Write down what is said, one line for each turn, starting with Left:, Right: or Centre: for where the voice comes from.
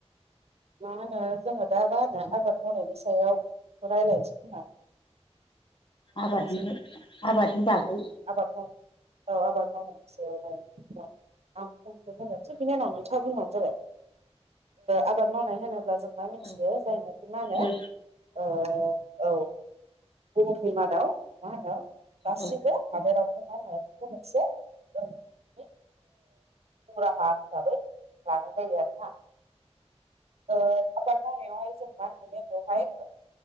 Right: मा होनो जोङो दा मा होनो आबाद मावनायनि सायाव रायज्लायनोसै खोमा
Left: आबादनि
Right: जाय
Left: आबादनि बागै
Right: आबाद औ आबाद सायावहाय आं खमखौ होनोसै बिनि उनाव नोंथाङा बुंनो जाबाय आबाद मावनाय होनोबा अब्ला जोंबा मिथियो
Left: औ
Right: जायनाखि मा होनो
Left: दे
Right: औ बुहुमनि मादाव मा होनो गासिबो
Left: औ
Right: हादोरावनो मा खम <unintelligible> खराहा हिसाबै लानाय जायो आरोना आबाद मावनायावहाय जों मा मोनो बेवहाय